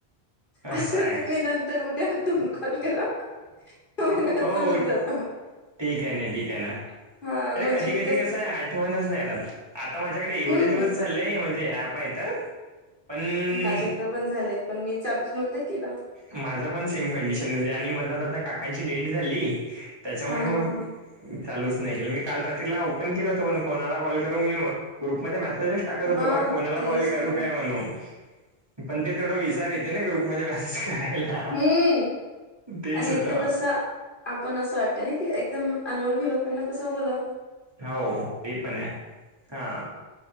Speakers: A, on the right; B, on the left.
A: असं
B: आता
A: आहे
B: तुम्ही नंतर उद्यांत कॉल करा मगजून
A: हो
B: जात.
A: ठीक आहे ना ठीक आहे ना.
B: हा
A: अरे!
B: म्हणजे
A: कधी
B: मग
A: कधी कसं आहे आठवणच नाही रात आता माझ्याकडे एवढे
B: हम्म
A: दिवस झाचालेय म्हणजे अ आहे तर पण
B: माझ्याकडें पण झालेत पण मी चालूच नव्हतं केलं.
A: माझं पण सेम कंडिशन म्हणजे आणि म आता मध्ये काकांची डेट झाली त्यांच्यामुळे
B: हा
A: मग
B: हा हा
A: चालूच नाही केल मी काल रात्रीला ओपन केलं होत पण कोणाला कॉल करू मी ग्रुपमध्ये मेसेज टाकत होतो
B: हा
A: बा कोणाला
B: तेच
A: कॉल करू
B: तर
A: काय म्हणू पण ते थोडं विचार येते ना ग्रुपमध्येध्ये मेसेज करायला.
B: हम्म
A: तेच
B: आणि
A: होतं
B: एकदा कसं, आपण असं वाटते ना की एकदम अनोळखी लोकांना कसं बोलावं.
A: हो ते पण आहे हा.